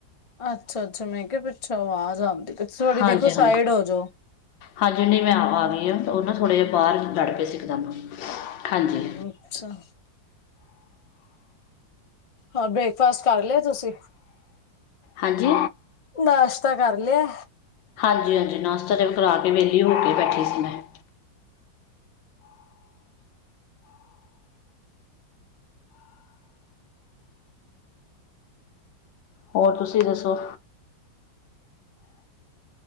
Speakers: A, on the left (about 35°); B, on the left (about 75°).
A: ਅੱਛਾ-ਅੱਛਾ, ਮੈਂ ਕਿਹਾ ਪਿੱਛੋਂ ਆਵਾਜ਼ ਆਂਦੀ ਪਈ। ਥੋੜੀ
B: ਹਾਂਜੀ-ਹਾਂਜੀ।
A: ਦੇਖੋ ਸਾਈਡ ਹੋ ਜੋ।
B: ਹਾਂਜੀਨੀ ਮੈਂ ਆ ਗਈ ਹ ਉਹ ਨਾ ਥੋੜ੍ਹੇ ਜਿਹੇ ਬਾਹਰ ਲੜ ਪਏ ਸੀ ਇੱਕਦਮ ਹਾਂਜੀ।
A: ਅੱਛਾ। ਹਾਂ ਬ੍ਰੇਕਫਾਸਟ ਕਰ ਲਿਆ ਤੁਸੀ।
B: ਹਾਂਜੀ?
A: ਨਾਸ਼ਤਾ ਕਰ ਲਿਆ।
B: ਹਾਂਜੀ-ਹਾਂਜੀ ਨਾਸ਼ਤਾ ਤੇ ਕਰਾ ਕੇ ਵੇਲੀ ਹੋ ਕੇ ਬੈਠੀ ਸੀ ਮੈਂ। ਹੋਰ ਤੁਸੀਂ ਦੱਸੋ